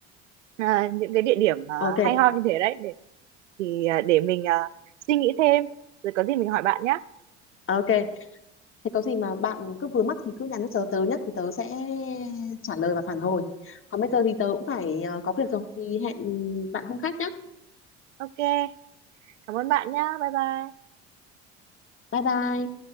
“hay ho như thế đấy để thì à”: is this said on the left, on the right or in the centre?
Right